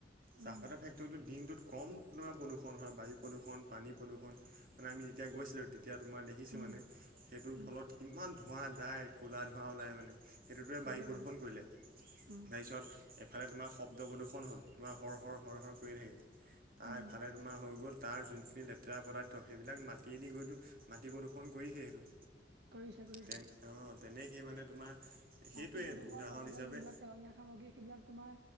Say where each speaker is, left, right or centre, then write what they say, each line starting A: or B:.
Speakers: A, on the right; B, on the right.
A: চাহপাতৰ
B: উম,
A: ফেক্টৰীটো দিনটোত কম তোমাৰ প্ৰদূষণ হয়, বায়ু প্ৰদূষণ, পানী প্ৰদূষণ, মানে আমি যেতিয়া গৈছিলো তে, তেতিয়া তোমাৰ দেখিছোঁ
B: উম,
A: মানে, সেইটোৰ
B: উম,
A: ফলত কিমান ধোঁৱা যায়, ক'লা ধোঁৱা ওলাই মানে। সেইটোটোৱে
B: তাকেইতো
A: বায়ু প্ৰদূষণ কৰিলে।
B: উম।
A: তাৰপিছত এফালে তোমাৰ শব্দ প্ৰদূষণ হ'ল। তোমাৰ হৰ-হৰ হৰ-হৰ কৰি থাকে, তাৰ
B: উম,
A: এফালে তোমাৰ হৈ গ'ল, তাৰ যোনখিনি লেতেৰা পদাৰ্থ সেইবিলাক মাটিয়েদি গৈ তো মাটি প্ৰদূষণ কৰিছেই সেইটো।
B: কৰিছে কৰিছে।
A: তেন অ তেনেকেই মানে তোমাৰ সেইটোৱে
B: মাটি প্ৰদূষণ
A: উদাহৰণ
B: লগতে
A: হিচাপে
B: যোনবিলাক পেলনীয়া সামগ্ৰী সেইবিলাক তোমাৰ